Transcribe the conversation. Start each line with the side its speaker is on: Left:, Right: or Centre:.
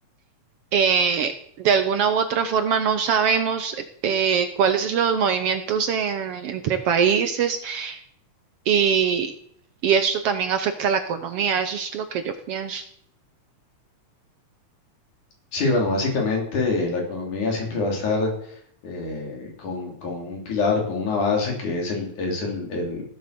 Right: eh, de alguna u otra forma no sabemos eh, cuáles son los movimientos en- entre países y, y esto también afecta a la economía, eso es lo que yo pienso.
Left: Sí, bueno, básicamente la economía siempre va a estar eh, con, con un pilar, con una base que es el, es el, el,